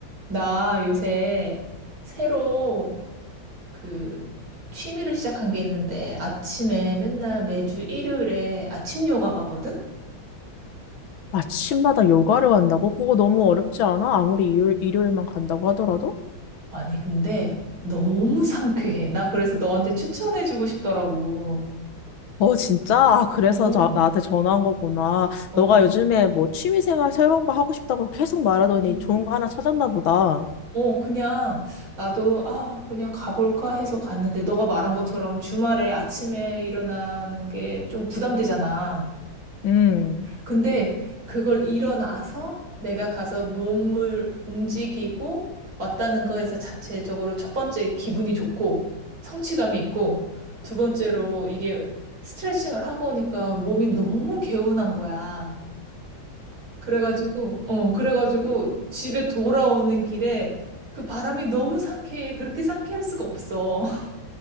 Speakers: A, on the right; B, on the left.
A: 나 요새 새로 그 취미를 시작한 게 있는데 아침에 맨날 매주 일요일에 아침 요가 가거든?
B: 아침마다 요가를 간다고? 그거 너무 어렵지 않아? 아무리 일요일, 일요일만 간다고 하더라도?
A: 아니, 근데 너무 상쾌해. 나 그래서 너한테 추천해주고 싶더라고.
B: 어, 진짜? 아, 그래서
A: 오,
B: 나, 나한테 전화한 거구나.
A: 어,
B: 너가
A: 어.
B: 요즘에 뭐 취미생활 새로운 거 하고 싶다고 계속 말하더니
A: 음.
B: 좋은 거 하나 찾았나 보다.
A: 어, 그냥 나도 아, 그냥 가볼까 해서 갔는데 너가 말한 것처럼 주말에 아침에 일어나는 게 좀 부담되잖아.
B: 음.
A: 근데 그걸 일어나서 내가 가서 몸을 움직이고 왔다는 거에서 자체적으로 첫 번째 기분이 좋고 성취감이 있고 두 번째로 이게 스트레칭을 하고 오니까 몸이 너무 개운한 거야. 그래가지고, 어, 그래가지고 집에 돌아오는 길에 그 바람이 너무 상쾌해. 그렇게 상쾌할 수가 없어. <laughs>